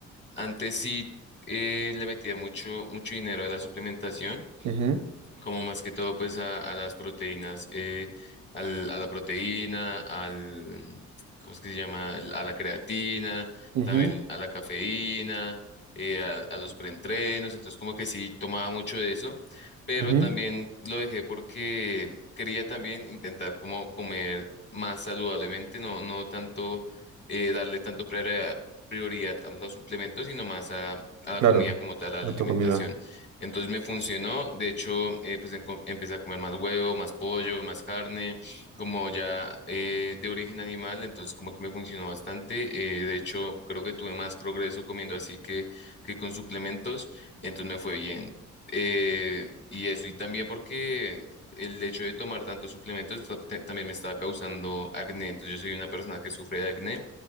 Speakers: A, on the left; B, on the right.
A: Antes sí eh, le metía mucho, mucho dinero a la suplementación.
B: Ujú,
A: como más que todo pues a, a las proteínas, eh, al- a la proteína, al, ¿cómo es que se llama? El- A la creatina,
B: ujú,
A: también a la cafeína, eh, a, a los preentrenos, entonces como que sí tomaba mucho de eso, pero
B: ujú.
A: también lo dejé porque quería también intentar como comer más saludablemente, no, no tanto eh, darle tanto prioridad, prioridad a los suplementos, sino más a, a la
B: Claro,
A: comida como tal, a
B: a
A: la alimentación.
B: tu comida.
A: Entonces me funcionó, de hecho, eh, pues enco- empecé a comer más huevo, más pollo, más carne, como ya eh, de origen animal, entonces como que me funcionó bastante. eh, de hecho, creo que tuve más progreso comiendo así que, que con suplementos, entonces me fue bien. Eh, y eso, y también porque el hecho de tomar tantos suplementos ta- te- también me estaba causando acné, entonces yo soy una persona que sufre de acné